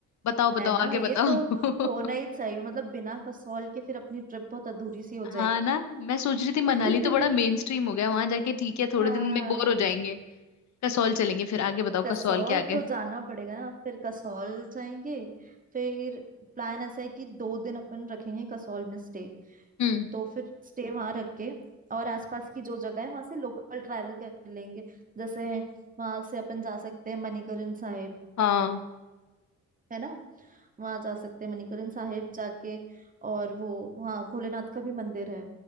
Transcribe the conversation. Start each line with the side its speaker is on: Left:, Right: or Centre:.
Left: बताओ बताओ
Right: है ना
Left: आगे
Right: ये
Left: बताओ
Right: तो होना ही चाहिए मतलब बिना कसौल के फिर अपनी ट्रिप बहुत अधूरी सी हो
Left: <laughs> हाँ ना मैं सोच
Right: जाएगी
Left: रही थी मनाली तो बड़ा मेन
Right: <laughs>
Left: स्ट्रीम हो गया वहां जाके ठीक है थोड़े
Right: हाँ
Left: दिन में बोर हो जाएंगे कसौल चलेंगे फिर आगे बताओ
Right: कसौल
Left: कसौल के आगे
Right: तो जाना पड़ेगा ना फिर कसौल जाएंगे फिर प्लान ऐसा है कि दो दिन अपन रखेंगे कसौल में स्टे
Left: हम्म
Right: तो फिर स्टे वहां रख के और आसपास की जो जगह है वहां से लोकल ट्रैवल कर लेंगे जैसे वहां से अपन जा सकते हैं मणिकरण साहिब
Left: हाँ
Right: है ना वहां जा सकते हैं मणिकरण साहिब जाके और वो वहाँ भोलेनाथ का भी मंदिर है